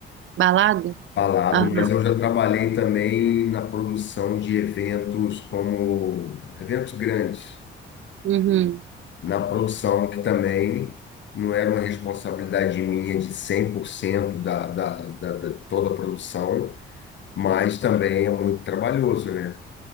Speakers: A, on the right; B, on the left.
A: Balada?
B: balada,
A: Aham.
B: mas eu já trabalhei também na produção de eventos como eventos grandes.
A: Uhum.
B: na produção, que também não era uma responsabilidade minha de 100% da, da, da, da toda a produção, mas também é muito trabalhoso, né?